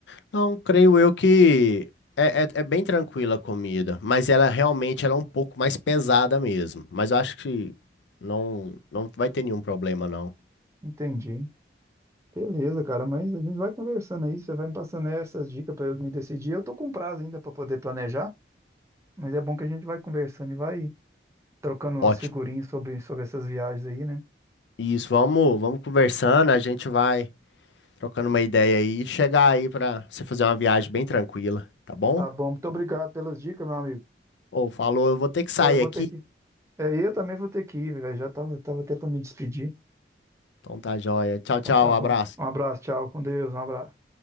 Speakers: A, on the left; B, on the right.
A: Então, creio eu que é, é, é bem tranquila a comida, mas ela realmente ela é um pouco mais pesada mesmo. Mas eu acho que não, não vai ter nenhum problema, não.
B: Entendi. Beleza, cara, mas a gente vai conversando aí, você vai me passando essas dicas para eu me decidir. Eu tô com prazo ainda para poder planejar, mas é bom que a gente vai conversando e vai. trocando umas
A: Ótimo.
B: figurinhas sobre, sobre essas viagens aí, né?
A: Isso, vamos, vamos conversando, a gente vai trocando uma ideia aí e chegar aí pra você fazer uma viagem bem tranquila, tá bom?
B: Tá bom, muito obrigado pelas dicas, meu amigo.
A: Ou falou, eu vou ter que sair
B: Ou eu vou
A: aqui.
B: ter que. É, eu também vou ter que ir, velho. Já tava, tava até pra me despedir.
A: Então tá joia. Tchau,
B: Então
A: tchau,
B: tá bom.
A: abraço.
B: Um abraço, tchau, com Deus, um abraço.